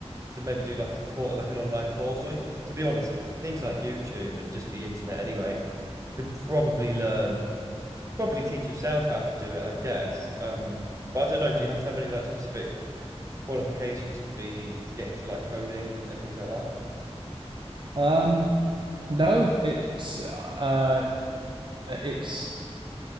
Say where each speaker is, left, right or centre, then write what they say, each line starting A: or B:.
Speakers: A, on the right; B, on the right.
A: to maybe do like a course like an online course or you, to be honest things like YouTube and just the internet anyway could probably learn probably teach yourself how to do it I guess. Um, but I don't know. Do you have to have any like specific qualifications to be to get into like coding and, and things like that.
B: Um, no, it's uh, it's